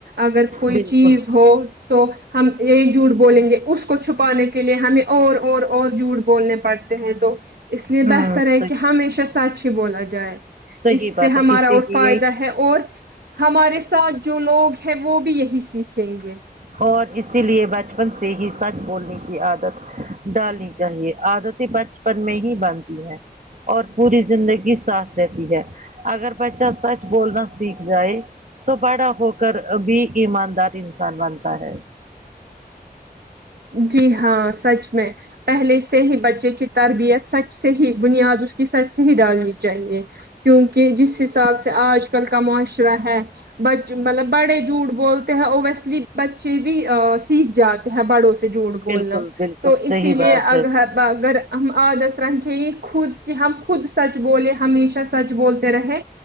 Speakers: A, on the right; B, on the right.
A: اگر کوئی
B: بالکل
A: چیز ہو تو ہم ایک جھوٹ بولیں گے اس کو چھپانے کے لیے ہمیں اور اور اور جوٹ بولنے پڑتے ہیں تو اس لیے
B: ہوں
A: بہتر ہے
B: صحیح
A: کہ ہمیشہ سچ ہی بولا جائے
B: صحیح
A: اس
B: بات
A: سے ہمارا
B: ہے اسی
A: اور
B: لیے
A: فائدہ ہے اور ہمارے ساتھ جو لوگ ہیں وہ بھی یہی سیکھیں گے
B: اور اسی لیے بچپن سے ہی سچ بولنے کی عادت ڈالنی چاہیے عادتیں بچپن میں ہی بنتی ہے اور پوری زندگی ساتھ رہتی ہے اگر بچہ سچ بولنا سیکھ جائے تو بڑا ہو کر بھی ایماندار انسان بنتا ہے
A: جی ہاں سچ میں پہلے سے ہی بچے کی تربیت سچ سے ہی بنیاد اس کہ سچ سے ہی ڈالنی چاہیے کیونکہ جس حساب سے آج کل کا معاشرہ ہے بچہ مطلب بڑے جھوٹ بولتے ہیں اور ویسلی بچے بھی سیکھ جاتے ہیں بڑوں سے جھوٹ بولنا
B: بالکل بالکل
A: تو
B: صحیح
A: اسی لیے
B: بات ہے
A: اگر ہم عادت رنگ ہی خود کہ ہم خود سچ بولے ہمیشہ سچ بولتے رہے